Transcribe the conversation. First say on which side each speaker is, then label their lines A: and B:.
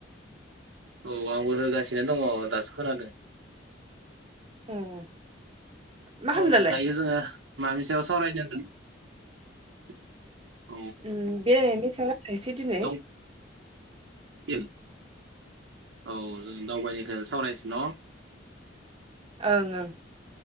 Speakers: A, on the right (about 70°); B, on the right (about 30°).
A: औ आंबो होगासिनो दङ दासो खोनादों।
B: उम। मा
A: औ
B: खालामदों दालाय?
A: दायो जोंङो मानि सायाव सावरायनो होनदों? <inaudible>
B: उम बेरायनायनि दि सायाव रायलायसै दिनै।
A: औ <unintelligible> <inaudible> औ जों दावबायनाय सावरायसै न'?
B: ओं ओं।